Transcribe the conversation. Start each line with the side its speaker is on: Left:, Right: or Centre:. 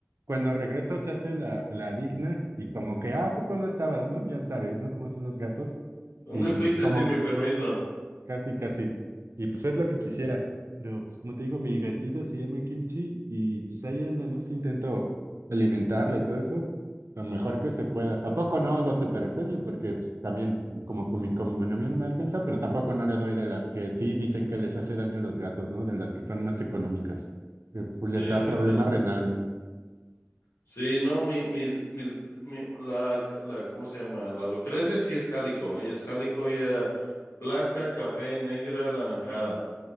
Right: cuando regreso se hace la, la digna y como que, ah, ¿a poco no estabas, ¿no? Ya sabes, ¿no? Cómo son los gatos.
Left: ¿Dónde
Right: Y
Left: fuiste
Right: pues como,
Left: sin mi permiso?
Right: casi, casi. Y pues es lo que quisiera. Pero pues, como te digo, mi gatita se llama Kimchi y pues ahí anda, ¿no? Si intento alimentarla y todo eso, lo mejor que se pueda. Tampoco no lo superpremio porque pues, también como que mi economía no me alcanza, pero tampoco no le doy de las que sí dicen que les hace daño a los gatos, ¿no? De las que son más económicas. que, pues
Left: Sí,
Right: les da
Left: sí,
Right: problemas
Left: sí.
Right: renales.
Left: Sí, no, mi, mis, mis, mi- la, la, ¿cómo se llama? La Lucrecia sí es cálico, ella es cálico, ella blanca, café, negra, anaranjada,